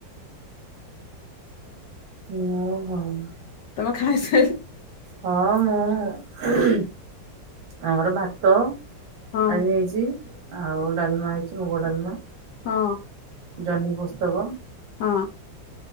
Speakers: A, on the right; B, on the left.
A: <unintelligible>
B: ତମେ ଖାଇସା
A: ହଁ ମୁଁ ଉହୁଁ ଆମର ଭାତ
B: ହଁ।
A: ଆଜି ହେଇଛି ଆଉ ଡାଲମା ହେଇଛି ମୁଗ ଡାଲମା।
B: ହଁ
A: ଜହ୍ନି ପୁସ୍ତକ
B: ହଁ